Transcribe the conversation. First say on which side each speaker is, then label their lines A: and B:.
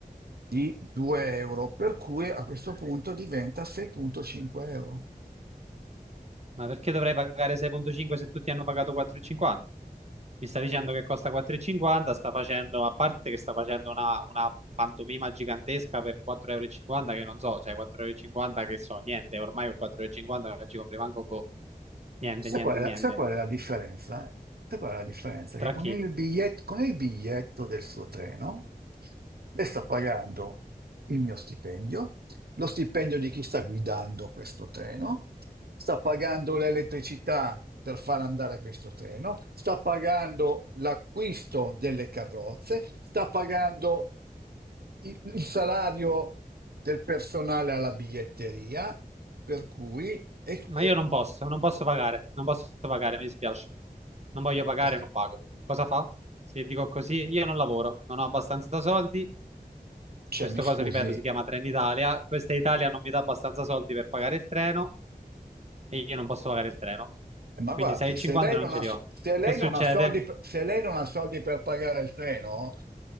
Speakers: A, on the right; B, on the right.
A: di 2 euro, per cui a questo punto diventa 6,5 euro.
B: Ma perché dovrei pagare 6,5 se tutti hanno pagato 4,50? Mi sta dicendo che costa 4,50, sta facendo, a parte che sta facendo una, una pantomima gigantesca per 4,50 euro, che non so, cioè 4,50 euro che so, niente, ormai con 4,50 euro non ci compri manco, boh, niente,
A: Sai
B: niente,
A: qual è
B: niente.
A: la, sai qual è la differenza? Sai qual è la differenza?
B: Tra
A: Che con
B: chi?
A: il biglietto, con il biglietto del suo treno lei sta pagando il mio stipendio, lo stipendio di chi sta guidando questo treno, sta pagando l'elettricità per far andare questo treno, sta pagando l'acquisto delle carrozze, sta pagando il il salario del personale alla biglietteria, per cui... e-
B: Ma
A: e-
B: io non posso, non posso pagare, non posso pagare, mi dispiace. Non voglio pagare,
A: perché?
B: non pago. Cosa fa? Se dico così, io non lavoro, non ho abbastanza soldi,
A: Cioè,
B: Questo
A: mi scusi,
B: coso, ripeto, si chiama Trenitalia. Questa Italia non mi dà abbastanza soldi per pagare il treno e io non posso pagare il treno.
A: ma
B: Quindi
A: guardi,
B: 6,50
A: se lei
B: non
A: non
B: ce
A: ha,
B: li
A: so-
B: ho.
A: se lei
B: Che succede?
A: non ha soldi, per- se lei non ha soldi per pagare il treno,